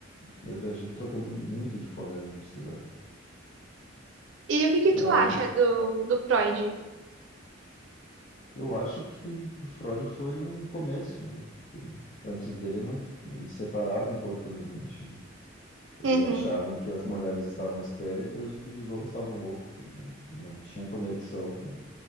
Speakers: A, on the left; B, on the right.
A: eu viajei, troquei muito de colégio, de cidade.
B: E o que que
A: Aí
B: tu acha do, do Freud?
A: Eu acho que, que o Freud foi um começo, né? Porque antes dele não, t- eles separavam o corpo da mente. né? Eles
B: Uhum.
A: achavam que as mulheres estavam histéricas e que os homens estavam loucos. E Não, não tinha conexão com